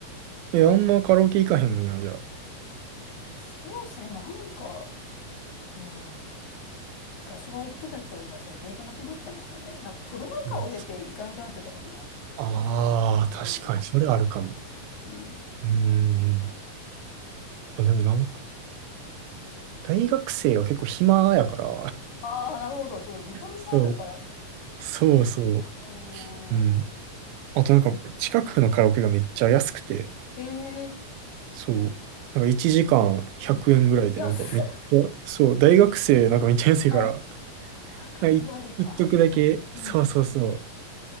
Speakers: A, on the right; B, on the left.
A: え、あんまカラオケ行かへんねや、じゃあ。
B: そうですね、なんか、うん。昔は行ってたけど、今全然行かなくなっちゃいましたね。なんかコロナ禍を経て行かなくなっちゃったかもな。
A: うああー、
B: うん。
A: 確かに、それあるかも。
B: うん。
A: うん。まあでもなんか、大学生は結構暇やから。
B: ああ、なるほど。そう、時間があるから。
A: そう、そうそう。
B: うん。
A: うん。あとなんか、近くのカラオケがめっちゃ安くて、
B: ええ
A: そう。なんか1時間100円ぐらいで、
B: うん。安っ。
A: なんかめっちゃ、そう、大学生なんかめっちゃ安いから、
B: <laughs> うん。あ、学割か。
A: なんかい一徳だけ、
B: うん。
A: そうそうそ
B: うん